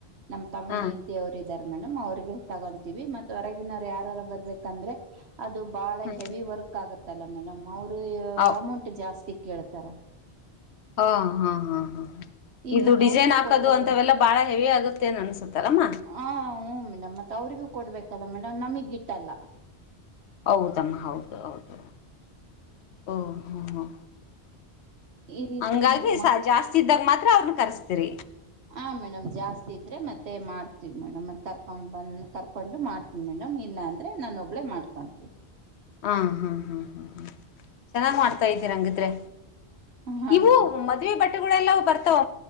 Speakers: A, on the right; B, on the left.
A: ನಮ್ಮ್ ತಮ್ಮನ
B: ಹಾ
A: ಹೆಂಡತಿ ಅವ್ರು ಇದ್ದಾರೆ. ಮೇಡಮ್ ಅವ್ರಿಗೆ ತಗೊಂತೀವಿ ಮತ್ತ ಹೊರಗಿನವ್ರು ಯಾರಾರು ಬರ್ಬೇಕಂದ್ರೆ. ಅದು ಬಾಳ
B: ಹಾ
A: ಹೆವಿ ವರ್ಕ್ ಆಗುತ್ತಲ್ಲ ಮೇಡಮ್ ಅವರು
B: ಹಾ
A: ಅಮೌಂಟ್ ಜಾಸ್ತಿ. ಕೇಳ್ತಾರ.
B: ಹಾ ಹಾ ಹಾ ಹಾ.
A: ಈಗ
B: ಇದು
A: ಮತ್
B: ಡಿಸೈನ್
A: ಅವ್ರಿಗೂ
B: ಹಾಕದು
A: ಕೊಡ್ಬೇಕಲ್
B: ಅಂತವೆಲ್ಲಾ ಬಾಳ ಹೆವಿ ಆಗುತ್ತೆ ಅನ್ಸುತೇನಮ್ಮ.
A: ಹ ಹ್ಮ ಮೇಡಮ್ ಮತ್ತ ಅವ್ರಿಗೂ ಕೊಡ್ಬೇಕಲ್ಲ ಮೇಡಮ್ ನಮಿಗ್ ಗಿಟ್ಟಲ್ಲ.
B: ಹೌದಮ್ಮ ಹೌದು ಹೌದು ಓ ಹ್ಮ ಹ್ಮ.
A: ಈ ರೀತಿ
B: ಹಂಗಾಗಿ
A: ಮತ್ ಮ
B: ಜಾಸ್ತಿ ಇದ್ದಾಗ ಮಾತ್ರ ಅವ್ರನ ಕರ್ಸ್ತರಿ.
A: ಹಾಂ ಮೇಡಮ್ ಜಾಸ್ತಿ ಇದ್ದರೆ ಮತ್ತೆ ಮಾಡ್ತೀವಿ ಮೇಡಮ್ ಕರ್ಕೊಂಡು ಬಂದು ಕರ್ಕೊಂಡು ಮಾಡ್ತೀನಿ ಮೇಡಮ್ ಇಲ್ಲ. ಇಲ್ಲ ಅಂದ್ರೆ ನಾನ ಒಬ್ಬಳೇ ಮಾಡ್ಕೊಂತೀನಿ.
B: ಹಾ ಹಾ ಹ್ಮ್ ಹ್ಮ್ ಹ್ಮ್ ಚೆನ್ನಾಗ್ ಮಾಡ್ತಾ ಇದ್ದೀರಿ ಅಂಗಿದ್ರೆ.
A: ಹಾ
B: ಇವು
A: ಮೇಡಮ್
B: ಮದ್ವೆ ಬಟ್ಟೆಗಳೆಲ್ಲ ಬರ್ತಾವ